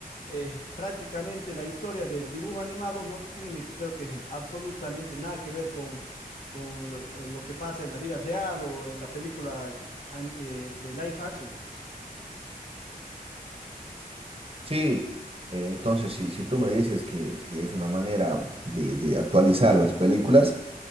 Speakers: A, on the left; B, on the right.
A: eh, prácticamente la historia del dibujo animado no tiene, creo que, absolutamente nada que ver con, con lo eh, lo que pasa en la vida real o en la película an- eh, de live action.
B: Sí, eh, entonces si, si tú me dices que, que es una manera de, de actualizar las películas,